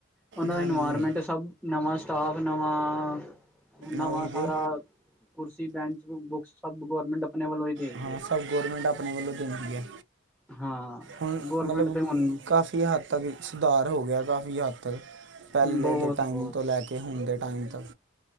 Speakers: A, in the centre; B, on the right (about 70°).
A: ਉਹਨਾਂ
B: ਹਾਂਜੀ
A: ਦਾ ਇਨਵਾਇਰਮੈਂਟ ਸਭ ਨਵਾਂ ਸਟਾਫ ਨਵਾਂ-ਨਵਾਂ
B: ਉਹੀ ਤੇ
A: ਸਾਰਾ! ਕੁਰਸੀ ਬੈਂਚ ਬੁੱਕਸ ਸ ਗੌਰਮੈਂਟ ਆਪਣੇ ਵੱਲੋਂ ਹੀ ਦੇ, ਰਹੀ
B: ਹਾਂ
A: ਹੈ!
B: ਸਭ ਗੌਰਮੈਂਟ ਆਪਣੇ ਵੱਲੋਂ ਦਿੰਦੀ ਹੈ।
A: ਹਾਂ
B: ਹੁਣ
A: ਗੌਰਮੈਂਟ
B: ਮਤਲਬ
A: ਤੇ ਹੁਣ
B: ਕਾਫ਼ੀ ਹੱਦ ਤੱਕ, ਸੁਧਾਰ ਹੋ, ਗਿਆ ਕਾਫ਼ੀ ਹੱਦ ਤੱਕ। ਪਹਿਲੇ
A: ਬਹੁਤ
B: ਦੇ ਟਾਈਮ
A: ਬਹੁਤ
B: ਤੋਂ, ਲੈ, ਕੇ ਹੁਣ ਦੇ, ਟਾਈਮ ਤੱਕ